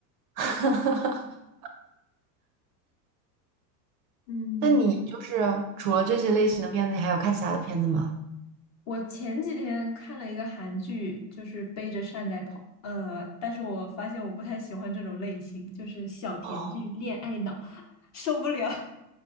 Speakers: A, on the right; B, on the left.
A: <laughs>
B: <laughs> 嗯
A: 那你就是除了这些类型的片子，你还有看其他的片子吗？
B: 我前几天看了一个韩剧，就是背着扇在跑，呃，但是我发现我不太喜欢这种类型，就是小甜剧、
A: 哦，
B: 恋爱脑受不了。<laughs>